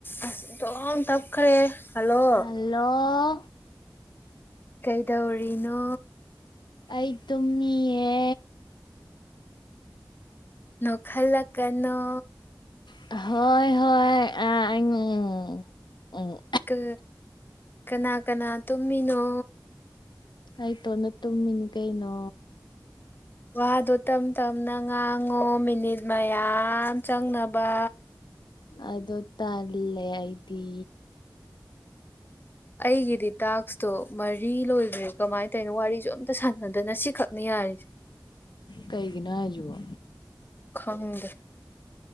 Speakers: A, on the left; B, on the left.
A: ꯑꯁ ꯏꯟꯊꯣꯛꯇꯞꯈ꯭ꯔꯦ ꯍꯜꯂꯣ
B: ꯍꯜꯂꯣ
A: ꯀꯩꯗꯧꯔꯤꯅꯣ
B: ꯑꯩ ꯇꯨꯝꯃꯤꯌꯦ
A: ꯅꯣꯛꯍꯜꯂꯛ ꯀꯅꯣ
B: ꯍꯣꯏ ꯍꯣꯏ ꯑꯥ ꯎꯝ
A: ꯀ ꯀꯅꯥ ꯀꯅꯥ ꯇꯨꯝꯃꯤꯅꯣ
B: ꯑꯩ ꯇꯣꯟꯗ ꯇꯨꯝꯃꯤꯅꯤ ꯀꯩꯅꯣ
A: ꯋꯥꯗꯣ ꯇꯝ ꯇꯝꯅ ꯉꯥꯡꯉꯣ ꯃꯤꯅꯤꯠ ꯃꯌꯥꯝ ꯆꯪꯅꯕ
B: ꯑꯗꯣ ꯇꯜꯂꯦ ꯑꯩꯗꯤ
A: ꯑꯩꯒꯤꯗꯤ ꯇꯥꯛꯁꯇꯣ ꯃꯔꯤ ꯂꯣꯏꯈ꯭ꯔꯦ ꯀꯃꯥꯏꯅ ꯇꯧꯔꯤꯅꯣ ꯋꯥꯔꯤꯁꯨ ꯑꯝꯇ ꯁꯥꯟꯅꯗꯅ ꯁꯤꯈꯛꯅꯤ ꯌꯥꯔꯤꯁꯦ
B: ꯀꯩꯒꯤꯅꯣ ꯍꯥꯏꯁꯤꯕꯣ
A: ꯈꯪꯗꯦ